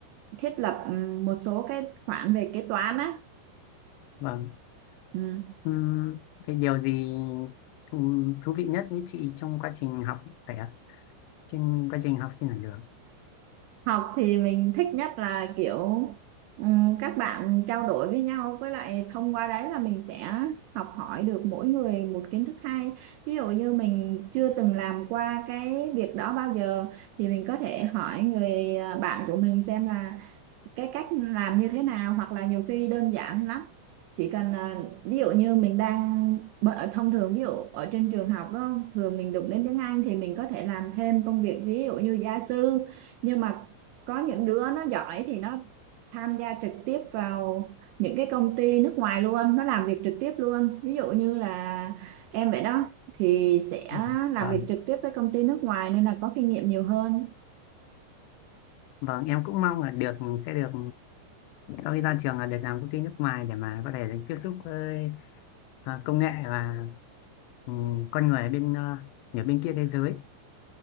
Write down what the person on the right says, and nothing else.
thiết lập ừ, một số cái khoản về kế toán á
Ừ.
Học thì mình thích nhất là kiểu ừm, các bạn trao đổi với nhau với lại thông qua đấy là mình sẽ học hỏi được mỗi người một kiến thức hay. Ví dụ như mình chưa từng làm qua cái việc đó bao giờ thì mình có thể hỏi người à, bạn của mình xem là cái cách làm như thế nào hoặc là nhiều khi đơn giản lắm chỉ cần à, ví dụ như mình đang bợ- thông thường ví dụ ở trên trường học đó thường mình đụng đến tiếng Anh thì mình có thể làm thêm công việc ví dụ như gia sư nhưng mà có những đứa nó giỏi thì nó tham gia trực tiếp vào những cái công ty nước ngoài luôn nó làm việc trực tiếp luôn ví dụ như là em vậy đó thì sẽ
làm
việc trực tiếp với công ty nước ngoài nên là có kinh nghiệm nhiều hơn